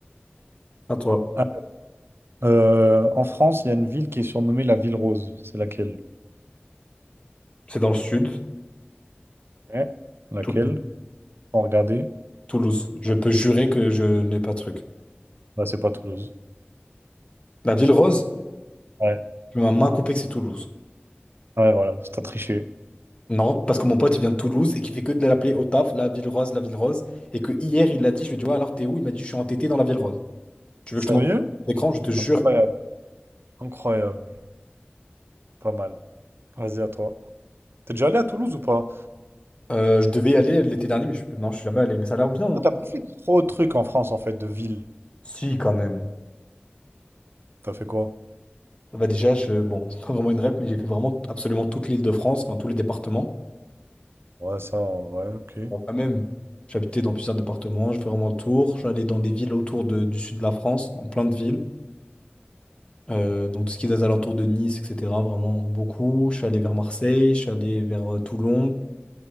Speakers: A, on the left; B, on the right.
A: À toi.
B: Ah, Euh, en France, il y a une ville qui est surnommée la Ville Rose. C'est laquelle?
A: C'est dans le sud,
B: Ouais. Laquelle?
A: Toulouse.
B: sans regarder.
A: Toulouse. Je peux jurer que je n'ai pas de truc.
B: Bah, c'est pas Toulouse.
A: La ville rose?
B: Ouais,
A: Tu m'as main coupée que c'est Toulouse.
B: ouais, voilà, t'as triché.
A: Non, parce que mon pote, il vient de Toulouse et qui fait que de l'appeler au taf, la ville rose, la ville rose. Et que hier, il l'a dit, je lui ai dit, ouais, alors t'es où? Il m'a dit, je suis entêté dans la ville rose. Tu
B: Sérieux?
A: veux que je te montre l'écran? Je te jure.
B: Incroyable, incroyable. Pas mal. Vas-y, à toi. T'es déjà allé à Toulouse ou pas?
A: Euh, je devais y aller l'été dernier, mais je... non, je suis jamais allé. Mais ça a l'air bien, hein.
B: Toi, t'as pas fait trop de trucs en France, en fait, de ville.
A: Si, quand même.
B: T'as fait quoi?
A: Bah déjà, je... bon, <laughs> c'est pas vraiment une rep, mais j'ai fait vraiment absolument toute l'Île-de-France, enfin tous les départements.
B: Ouais, ça, ouais, ok.
A: Bon, quand même, j'habitais dans plusieurs départements, je fais vraiment le tour. J'allais dans des villes autour de- du sud de la France, dans plein de villes. Euh, donc tout ce qui est des alentours de Nice, etc. Vraiment beaucoup. Je suis allé vers Marseille, je suis allé vers euh, Toulon.